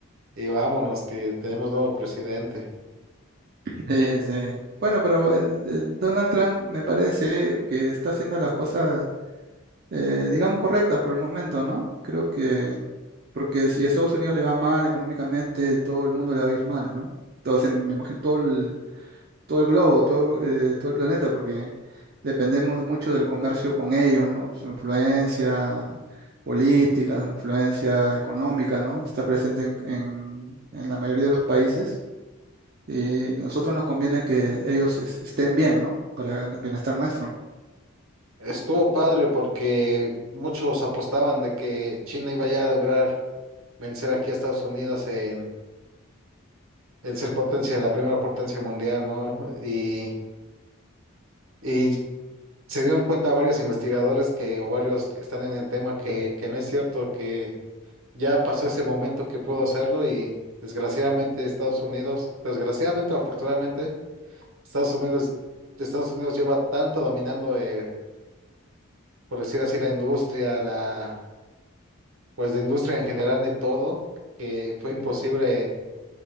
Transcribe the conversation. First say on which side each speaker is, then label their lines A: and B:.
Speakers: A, on the right (about 65°); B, on the right (about 45°).
A: Y vámonos, que tenemos nuevo presidente.
B: <laughs> Sí, sí. Bueno, pero el, el Donald Trump me parece que está haciendo las cosas, eh, digamos, correctas por el momento, ¿no? Creo que, porque si a Estados Unidos le va mal económicamente, todo el mundo le va a ir mal, ¿no? Entonces, me imagino todo todo el globo, todo, eh, todo el planeta, porque dependemos mucho del comercio con ellos, ¿no? Su influencia política, su influencia económica, ¿no? Está presente en, en- en la mayoría de los países y nosotros nos conviene que ellos es- estén bien, ¿no? Para el bienestar nuestro.
A: Estuvo padre porque muchos apostaban de que China iba ya a lograr vencer aquí a Estados Unidos en, en ser potencia, la primera potencia mundial, ¿no? Y, y se dieron cuenta varios investigadores que, o varios que están en el tema que, que no es cierto, que ya pasó ese momento que pudo hacerlo y desgraciadamente Estados Unidos, desgraciadamente o afortunadamente, Estados Unidos, Estados Unidos lleva tanto dominando, eh, por decir así, la industria, la, pues la industria en general de todo, que fue imposible